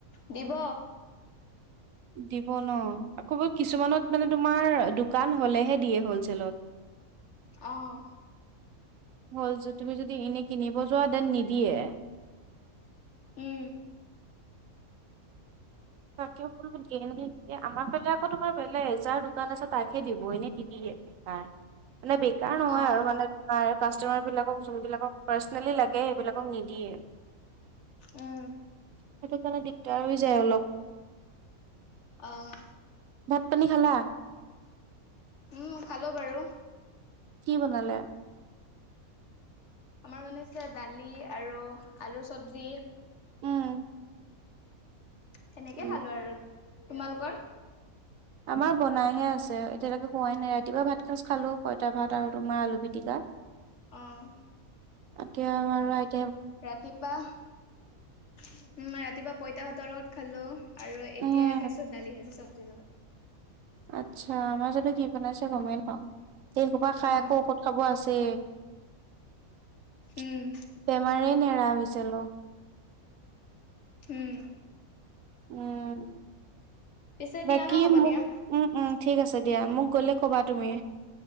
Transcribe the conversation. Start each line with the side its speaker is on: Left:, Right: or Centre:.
Left: দিব
Right: দিব ন আকৌ কিছুমানত মানে তোমাৰ দোকান হ'লেহে দিয়ে হ'লচেলত।
Left: অ',
Right: হ'ল যদি তুমি যদি এনে কিনিব যোৱা দেন নিদিয়ে।
Left: উম।
Right: তাকে সকলো দিয়ে আমাৰ ফালে আকৌ তোমাৰ বেলেগ যাৰ দোকান আছে তাকহে দিব এনেই নিদিয়ে। এ বেকাৰ মানে বেকাৰ নহয়
Left: অ',
Right: আৰু মানে তোমাৰ কাষ্টমাৰবিলাকক যোনবিলাকক পাৰ্চেনেলি লাগে সেইবিলাকক নিদিয়ে।
Left: উম।
Right: সেইটো কাৰণে দিগদাৰ হৈ যায় অলপ।
Left: অহ।
Right: ভাত পানী খালা?
Left: উম খালো বাৰু।
Right: কি বনালে?
Left: আমাৰ বনাইছে দালি আৰু আলু চবজি।
Right: উম।
Left: সেনেকে
Right: উম।
Left: খালো আৰু তোমালোকৰ?
Right: আমাৰ বনাইহে আছে এতিয়ালৈকে হোৱাই নাই ৰাতিপুৱা ভাত সাঁজ খালো পইতা ভাত আৰু তোমাৰ আলু পিটিকা।
Left: অঁ।
Right: এতিয়া আমাৰো আইত
Left: ৰাতিপা উম ৰাতিপা পইতা ভাতৰ লগত। খালো আৰু এতিয়াহে
Right: উম
Left: খাইছো দালি ভাজি চব্জিৰ লগত।
Right: আচ্ছা আমাৰ যানো কি বনাইছে গমেই নাপাওঁ এই হোপা খাই
Left: অ
Right: আকৌ ঔষধ খাব আছে। ছেই
Left: উম
Right: বেমাৰে নেৰা হৈছে লগ।
Left: উম।
Right: উম,
Left: পিছে
Right: বাকি
Left: দিয়া ন হ'ব
Right: মোক
Left: দিয়া।
Right: উম উম। ঠিক আছে দিয়া মোক গ'লে ক'বা তুমি।